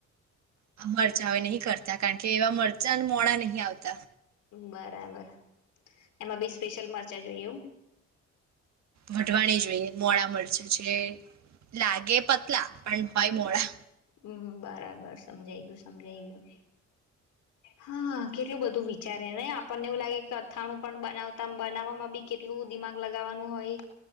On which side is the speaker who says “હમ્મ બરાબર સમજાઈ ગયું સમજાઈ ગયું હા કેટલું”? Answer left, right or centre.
Left